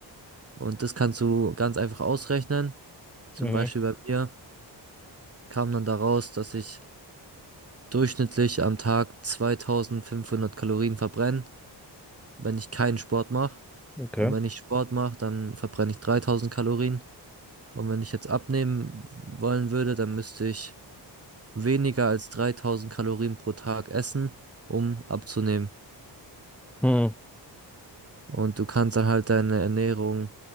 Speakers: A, on the right; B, in the centre.
A: Und das kannst du ganz einfach ausrechnen. Zum
B: Mhm.
A: Beispiel bei mir kam dann daraus, dass ich durchschnittlich am Tag 2500 Kalorien verbrenne, wenn ich keinen Sport mache.
B: Okay.
A: Und wenn ich Sport mache, dann verbrenne ich 3000 Kalorien. Und wenn ich jetzt abnehmen wollen würde, dann müsste ich weniger als 3000 Kalorien pro Tag essen, um abzunehmen.
B: Hm.
A: Und du kannst dann halt deine Ernährung